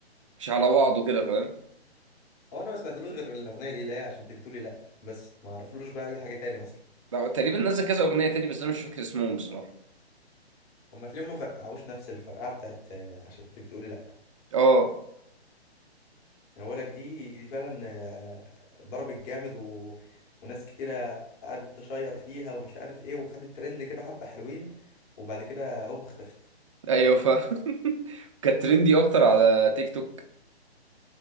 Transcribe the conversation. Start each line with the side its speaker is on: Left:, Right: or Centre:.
Right: مش على بعضه كده فاهم
Left: هو انا ما سمعتلوش غير الاغنيه دي اللي هي عشان انت بتقولي لا بس ما اعرفلوش بقى اي حاجه تاني اصلا
Right: ده تقريبا نزل كذا اغنيه تاني بس انا مش فاكر اسمهم بصراحه
Left: هما تلاقيهم ما فرقعوش نفس الفرقعه بتاعت آه، عشان انت بتقولي لا
Right: اه
Left: اولك دي دي فعلا آه، ضربت جامد و... وناس كتيره قعدت تشير فيها ومش عارف ايه وخدت ترند كده حبه حلوين وبعد كده هوب اختفت
Right: ايوه ف <laughs> كانت ترندي اكتر على تيك توك